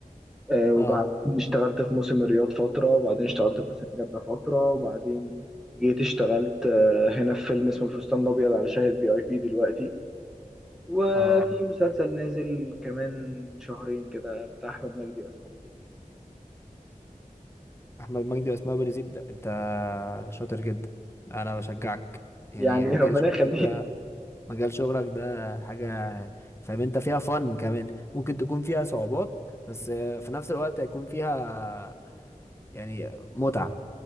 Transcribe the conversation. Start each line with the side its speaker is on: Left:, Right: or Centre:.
Centre: آه، وبعدين
Left: اه
Centre: اشتغلت في موسم الرياض فترة وبعدين اشتغلت في موسم جدة فترة وبعدين جيت اشتغلت آه، هنا في فيلم اسمه الفستان الأبيض على شاهد في اي بي دلوقتي وفي
Left: اه
Centre: مسلسل نازل كمان شهرين كده بتاع أحمد مجدي وأسماء أبو اليزيد
Left: احمد مجدي واسماء ابو يزيد ده انت شاطر جدا انا بشجعك يعني
Centre: يعني
Left: مجال
Centre: ربنا
Left: شغلك
Centre: يخليني
Left: ده مجال شغلك ده حاجه فاهم انت فيها فن كمان ممكن تكون فيها صعوبات بس في نفس الوقت هيكون فيها يعني متعه